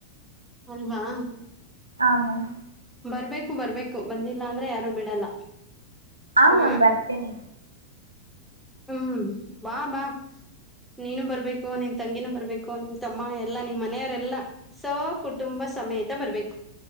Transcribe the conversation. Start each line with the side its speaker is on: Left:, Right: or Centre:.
Centre: ಅಲ್ವಾ,
Right: ಆಮ <inaudible>
Centre: ಬರ್ಬೇಕು ಬರ್ಬೇಕು ಬಂದಿಲ್ಲ ಅಂದ್ರೆ ಯಾರು ಬಿಡಲ್ಲ.
Right: ಆಮಾ
Centre: ಹ
Right: ಬರ್ತೀನಿ.
Centre: ಹ್ಮ್, ಬಾ, ಬಾ ನೀನು ಬರ್ಬೇಕು, ನಿನ್ ತಂಗಿನೂ ಬರ್ಬೇಕು ನಿಮ್ತಮ್ಮ ಎಲ್ಲಾ ನಿಮ್ ಮನೆಯವರೆಲ್ಲಾ. ಸೋ, ಕುಟುಂಬ ಸಮೇತ ಬರಬೇಕು.